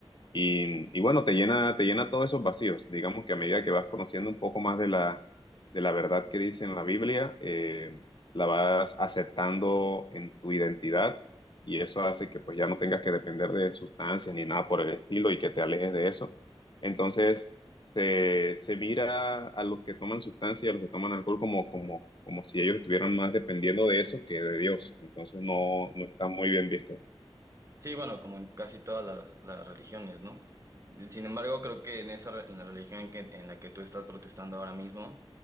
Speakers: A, on the left; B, on the right.
A: Y, y bueno, te llena, te llena todos esos vacíos. Digamos que a medida que vas conociendo un poco más de la, de la verdad que dice en la Biblia, eh, la vas aceptando en tu identidad y eso hace que pues ya no tengas que depender de sustancias ni nada por el estilo y que te alejes de eso. Entonces, se, se mira a los que toman sustancias, y a los que toman alcohol como, como, como si ellos estuvieran más dependiendo de eso que de Dios. Entonces, no, no está muy bien visto.
B: Sí, bueno, como en casi todas las, las religiones, ¿no? Sin embargo, creo que en esa, re- en la religión en que, en la que tú estás protestando ahora mismo,